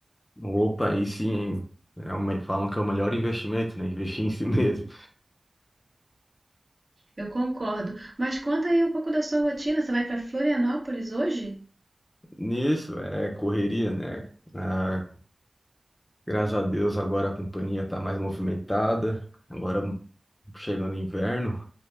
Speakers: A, on the left; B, on the right.
A: Opa, aí sim, hein? É o me- falam que é o melhor investimento, né? Investir em si <laughs> mesmo.
B: Eu concordo. Mas conta aí um pouco da sua rotina. Você vai pra Florianópolis hoje?
A: Nisso, é correria, né? Ah, Graças a Deus, agora a companhia está mais movimentada. Agora, chegando inverno,